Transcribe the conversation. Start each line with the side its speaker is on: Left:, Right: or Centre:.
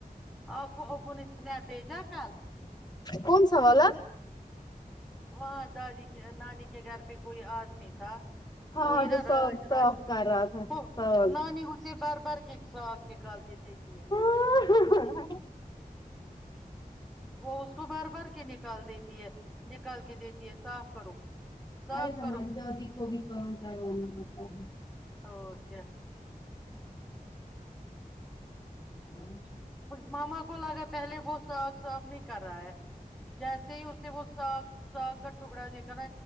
Centre: آپ کو ابو نے اسنیپ بھیجا کل
Left: کون سا والا
Centre: وہاں دادی کے نانی کے گھر پہ کوئی آدمی تھا
Left: ہاں
Centre: کوئی نا
Left: جو سوگ
Centre: راج
Left: سوگ
Centre: راج
Left: کر رہا تھا
Centre: ہو
Left: سوگ
Centre: نانی اسے بھر بھر کے ساگ نکال کے دیتی ہے
Left: اں ہا ہا
Centre: اس
Left: ہاں
Centre: وہ اس کو بر بر کے نکال د یتی ہے نکال کے دیتی ہے صاف کرو صاف
Left: ارے
Centre: کرو
Left: ہمارے دادی کو بھی کام کرنا نہیں آتا ہے
Centre: اور کیا
Left: <unintelligible>
Centre: مما کو لگا پہلے وہ ساگ صاف نہیں کر رہا ہے جیسے ہی اس نے وہ ساگ ساگ کا ٹکڑا دیکھا نا